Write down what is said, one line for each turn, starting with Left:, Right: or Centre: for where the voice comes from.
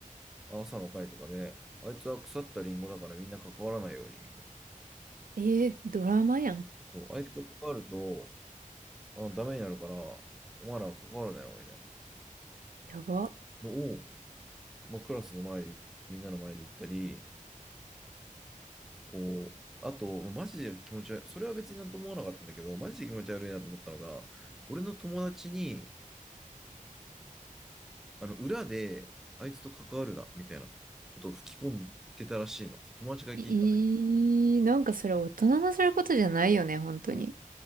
Centre: 朝の会とかで、あいつは腐ったリンゴだからみんな関わらないように、みたいな。
Right: えー、ドラマやん。
Centre: そう、あいつと関わると、あ、ダメになるから、お前らは関わるなよ、みたいな
Right: やば。
Centre: のを、まあ、クラスの前で、みんなの前で言ったり、こう、あと、マジで気持ち悪い、それは別になんとも思わなかったんだけど、マジで気持ち悪いなと思ったのが、俺の友達に、あの、裏で、あいつと関わるな、みたいなことを吹き込んでたらしいの。そう友達が聞いたんだけ
Right: いい、なんかそれ大人のすることじゃないよね、本当に。
Centre: ど、